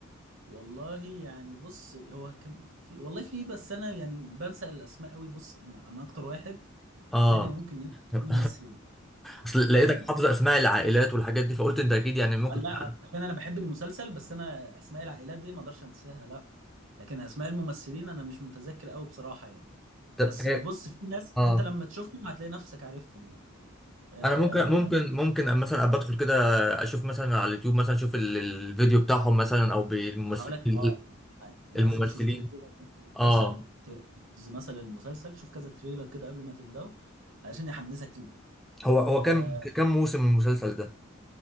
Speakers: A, on the right (about 65°); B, in the centre.
A: والله يعني بص هو كان في والله في بس انا يعني بنسى الاسماء قوي بص انا انا اكتر واحد في
B: اه
A: الدنيا ممكن ينسى
B: <laughs>
A: الممثلين
B: اصل
A: انا
B: لقيتك
A: ما...
B: حافظ اسماء العائلات والحاجات دي فقلت انت اكيد يعني ممكن تكون
A: لا عشان انا بحب المسلسل بس انا اسماء العائلات دي ما اقدرش انساها لا لكن اسماء الممثلين انا مش متذكر قوي بصراحة يعني
B: طب
A: بس
B: ايه
A: بص في ناس
B: اه
A: انت لما تشوفهم هتلاقي نفسك عارفهم يعني آه،
B: انا ممكن ممكن ممكن مثلا ابقى ادخل كده اشوف مثلا على اليوتيوب مثلا اشوف ال- الفيديو بتاعهم مثلا او بالممثلين
A: أنا هقول لك اه انا
B: الممثلين
A: عايزك تشوف تريلر المسلسل
B: اه
A: تريلرز مثلا المسلسل شوف كذا تريلر كده قبل ما تبداه علشان يحمسك ليه
B: هو هو
A: آه
B: كم كم موسم من المسلسل ده